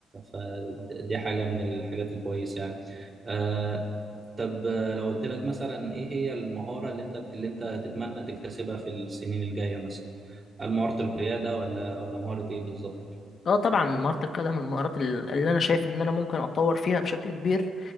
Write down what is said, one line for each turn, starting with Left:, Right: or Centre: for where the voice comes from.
Right: فدي حاجة من الحاجات الكويسة يعني آه، طب آه، لو قلت لك مثلا ايه هي المهارة اللي انت اللي انت تتمنى تكتسبها في السنين الجاية مثلا هل مهارة القيادة ولا ولا مهارة ايه بالظبط
Left: اه طبعا مهارة القيادة من المهارات ال- اللي انا شايف ان انا ممكن اتطور فيها بشكل كبير